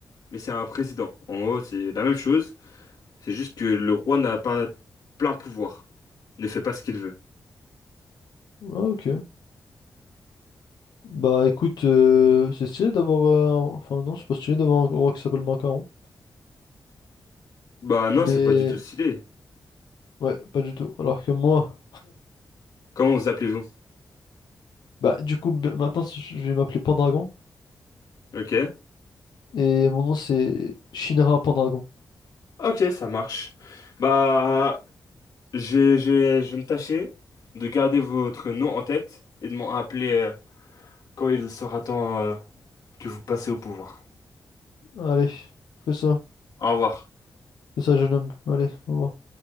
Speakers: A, on the left; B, on the left.
A: Mais c'est un président. En gros, c'est la même chose. C'est juste que le roi n'a pas plein pouvoir. Ne fait pas ce qu'il veut.
B: Ah ok. Bah écoute, euh, c'est stylé d'avoir... euh, un- Enfin non, c'est pas stylé d'avoir un roi qui s'appelle Macaron.
A: Bah non,
B: Mais...
A: c'est pas du tout stylé.
B: Ouais, pas du tout. Alors que moi...
A: Comment vous appelez-vous?
B: Bah du coup, b- maintenant je je vais m'appeler Pendragon.
A: Ok.
B: Et mon nom c'est Shinra Pendragon.
A: Ok, ça marche. Bah, je, je, je vais me tâcher de garder votre nom en tête et de m'en rappeler euh, quand il sera temps euh, que vous passez au pouvoir.
B: Allez, fais ça.
A: Au revoir.
B: Fais ça jeune homme. Allez, au revoir.